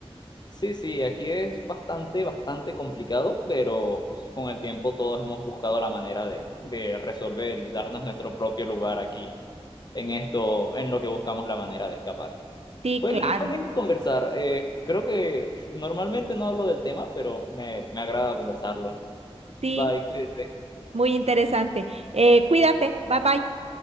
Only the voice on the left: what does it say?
Sí, sí, aquí es bastante, bastante complicado, pero pues, con el tiempo todos hemos buscado la manera de, de resolver y darnos nuestro propio lugar aquí en esto, en lo que buscamos la manera de escapar.
Fue,
fue lindo conversar. eh, creo que normalmente no hablo del tema, pero me, me agrada conversarlo.
Bye, cuídese.